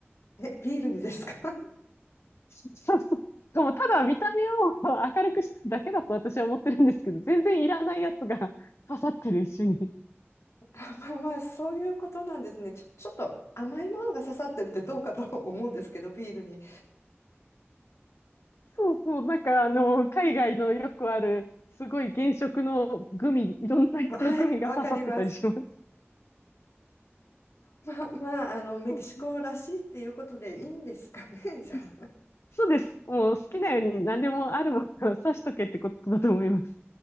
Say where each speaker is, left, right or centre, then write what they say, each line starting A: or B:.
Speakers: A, on the left; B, on the left.
A: ええ、ビールにですか <laughs>
B: <laughs> そうそう。でもただ見た目を明るくしただけだと私は思ってるんですけど、全然いらないやつが <laughs> 刺さってる一緒に。
A: あまあまあ、そういうことなんですね。ちょ、ちょっと甘いものが刺さってるってどうかと <laughs> 思うんですけど、ビールに。
B: そうそう、なんかあの、海外のよくある、すごい原色のグミ、いろんな色のグミが刺さってたりします。
A: はい、わかります。まあまあ、あの、メキシコらしいっていうことでいいんですかね、
B: そうそ
A: <laughs> じゃあ。
B: うそうです。もう好きなように何でもあるものを刺しとけってことだと思います。